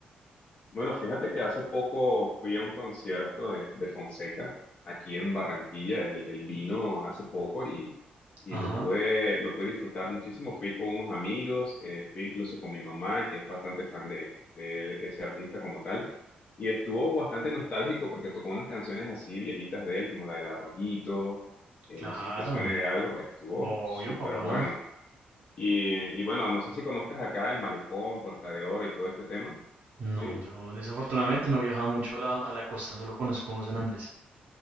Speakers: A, on the left; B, on the right.
A: Bueno, fíjate que hace poco fui a un concierto de, de Fonseca aquí en Barranquilla. Él, él vino hace poco y, y
B: Ajá,
A: lo pude, lo pude disfrutar muchísimo. Fui con unos amigos, eh, fui incluso con mi mamá, que es bastante fan de, de ese artista como tal. Y estuvo bastante nostálgico porque tocó unas canciones así viejitas de él, como la del Arroyito. eh,
B: claro.
A: no sé si te suene de algo. Estuvo
B: Obvio,
A: súper
B: papá.
A: bueno. Y, y bueno, no sé si conozcas acá el Malecón, Puerta de Oro y todo este tema.
B: No,
A: ¿Sí?
B: yo desafortunadamente no he viajado mucho a la, a la costa, solo conozco San Andrés.